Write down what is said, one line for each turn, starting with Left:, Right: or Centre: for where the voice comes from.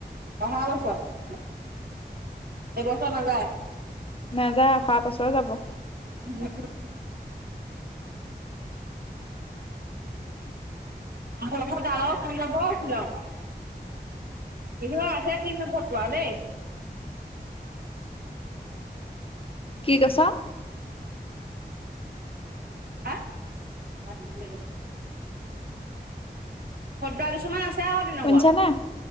Right: অহা বছৰ এবছৰ নাযায়।
Left: নাযায় অহা বছৰ যাব।
Right: <unintelligible> <unintelligible> <unintelligible> আহে কিন্তু ভতটোৱা দেই।
Left: কি কৈছ?
Right: আহ <inaudible> ভদ্ৰা কিছুমান আছে। আছে আকৌ তেনেকুৱা
Left: শুনিছানে?